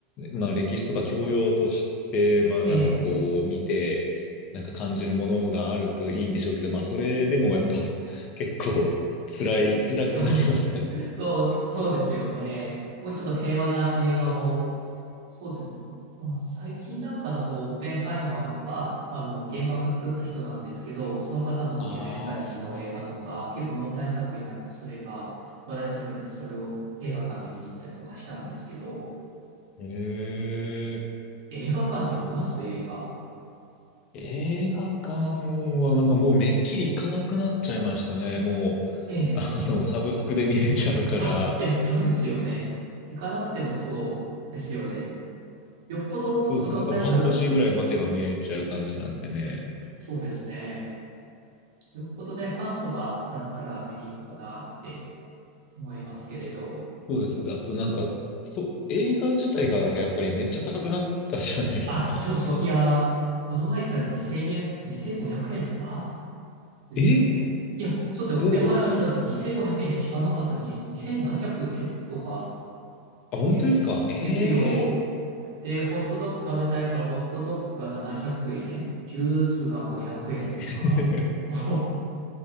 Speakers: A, on the left; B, on the right.
A: まあ、歴史とか教養として、まあ、
B: ええ、
A: なんかこう、見て、なんか感じるものがあるといいんでしょうけど、まあ、それでもやっぱ、<laughs> 結構、辛い、辛くなりますからね。
B: そう、そう、そうですよね。もうちょっと平和な映画をそうですね。まあ、最近なんかだと、オッペンハイマーとか、あの、原爆作った人なんですけど、その方のドキュメンタリーの映画とか、
A: ああ。
B: 結構問題作になって、それが話題作になって、それを映画館で見に行ったりとかしたんですけど、
A: へえ、
B: 映画館で見ます映画。
A: 映画館はなんかもうめっきり行かなくなっちゃいましたね。もう、
B: ええ。
A: <laughs> あの、サブスクで見れちゃうから、
B: あ、いや、そうですよね。行かなくてもそうですよね。よっぽどこのタイトルが好きとか。
A: そうですね、なんかもう半年ぐらい待てば見れちゃう感じなんでね。
B: そうですね。よっぽどね、ファンとかだったら見に行くかなって思いますけれど。
A: そうです。あとなんか、そう、映画自体がやっぱりめっちゃ高くなったじゃないですか。
B: あ、そうそう。いやー、この前言ったら2 0円、2500円とか
A: <laughs>
B: ですよね。
A: え
B: いや、そうですね。
A: もう、
B: オッペンハイマー見たとき2500円じゃ効かなかったに2700円とか
A: あ、本当ですかええ
B: で、ですよ。で、ホットドッグ食べたいからホットドッグが700円、ジュースが500円とか。
A: <laughs>
B: お、